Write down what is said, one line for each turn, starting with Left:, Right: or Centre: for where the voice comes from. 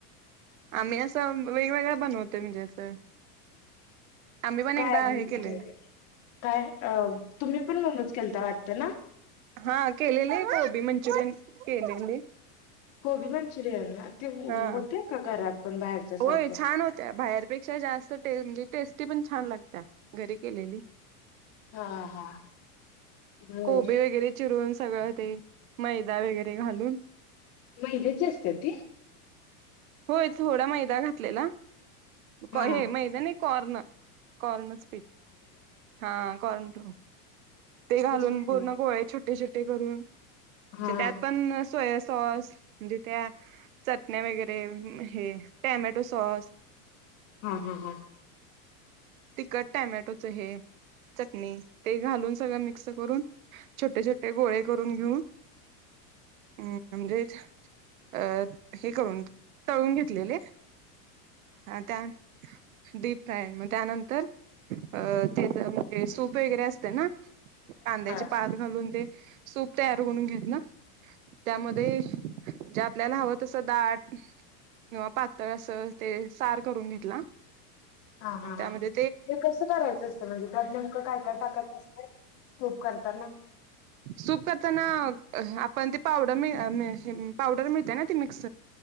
Right: आम्ही असं वेगवेगळ बनवतोय म्हणजे असं. आम्ही पण
Left: काय
Right: एकदा
Left: म्हणजे
Right: हे केलेलं
Left: काय अ तुम्ही पण मोमोज केलता वाटत ना?.
Right: हा केलेले. कोबी मंचुरियन केलेले.
Left: कोबी मंचुरियन ना, ते
Right: हा
Left: होतय का घरात? पण बाहेरच्या सारखं
Right: होय छान होतिया, बाहेरपेक्षा जास्त टेस् म्हणजे टेस्ट ती पण, छान लागत्या घरी केलेली
Left: हा हा. बर
Right: कोबी वगैरे चिरून सगळं, ते मैदा वगैरे घालून
Left: मैद्याची असत्या ती
Right: होय थोडा मैदा घातलेला,
Left: हा
Right: हे मैदा नाही कॉर्न कॉर्नच पीठ, हा कॉर्नफ्लोअर ते घालून
Left: तेच म्हटलं
Right: पूर्ण गोळे छोटे छोटे करून म्हणजे
Left: हा
Right: त्यात पण सोया सॉस म्हणजे त्या चटण्या वगैरे हे, टॅमॅटो सॉस <inaudible>
Left: हा हा हा.
Right: तिकट टॅमॅटोचं हे चटणी ते घालून, सगळं मिक्स करून, छोटे छोटे गोळे करून घेऊन हम् म्हणजे अ हे करून तळून घेतलेले. हा का दिप काय म त्यानंतर अ ते म्हणजे सूप वगैरे असतय ना. कांद्याची
Left: होय
Right: पात घालून, ते सूप तयार करून घेत ना. त्यामध्ये जे आपल्याला हवं तसं दाट किंवा पातळ असं ते, सार करून घेतला.
Left: हा हा
Right: आणि त्यामध्ये
Left: ते कसं करायचं असत म्हणजे त्यात नेमकं काय काय टाकायचं असतंय? सूप करताना
Right: सूप करताना हा आपण ती पावडर मि हे मिळ मिळतीया पावडर मिळतिया ना ती मिक्स